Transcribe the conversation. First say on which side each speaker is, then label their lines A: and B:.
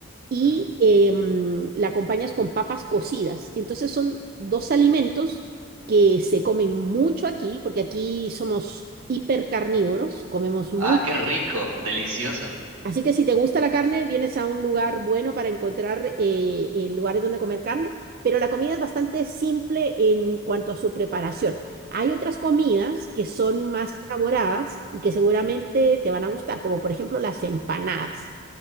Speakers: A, on the right; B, on the right.
A: y
B: ujú.
A: eh, mm, la acompañas con papas cocidas. Entonces son dos alimentos que se comen mucho aquí, porque aquí somos hipercarnívoros, comemos mucho.
B: Ah, qué rico, delicioso.
A: Así que si te gusta la carne, vienes a un lugar bueno para encontrar eh, eh, lugares donde comer carne, pero la comida es bastante simple en cuanto a su preparación. Hay otras comidas que son más elaboradas y que seguramente te van a gustar, como por ejemplo las empanadas.